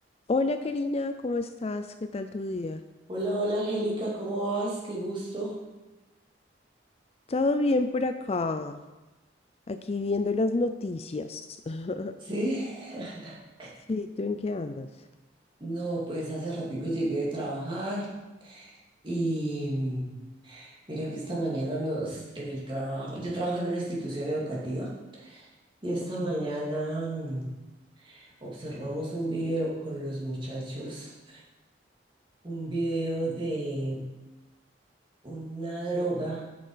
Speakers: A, on the left; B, on the right.
A: Hola Karina, ¿cómo estás? ¿Qué tal tu día?
B: Hola, hola Angélica, ¿cómo vas? Qué gusto.
A: Todo bien por acá, aquí viendo las noticias. <laughs>
B: Sí, <laughs>
A: Sí, ¿tú en qué andas?
B: no, pues hace ratico llegué de trabajar y mm, mira que esta mañana nos, en el trabajo, yo trabajo en una institución educativa y esta
A: Ok.
B: mañana mm, observamos un video con los muchachos, un video de una droga,